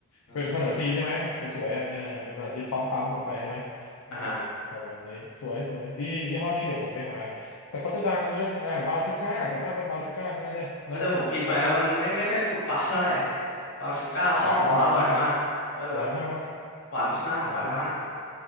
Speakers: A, on the left; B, on the left.
A: อืม
B: เป็นภาษาจีนใช่ไหมสวยๆอ่ะเออเป็นภาษาจีนปั๊มๆลงไปใช่ไหมเออ
A: อ่ะฮะ
B: ประมาณนี้สวยๆดียี่ห้อนี้เดี๋ยวผมไปหา แต่เขาจะดังเรื่องอ่าบาวชูก้าส่วนมากเป็นบาวชูก้าทั้งนั้นเลยนะเขาเขา
A: เออแต่ผมกินไปแล้วมันไม่ไม่ค่อยถูกปากเท่าไหร่บาวชูก้าพ่อผมบอกอร่อยมากเออ
B: หวานหวานมากฮะหวานมากวะ
A: หวานมากหวานมาก
B: หวานมาก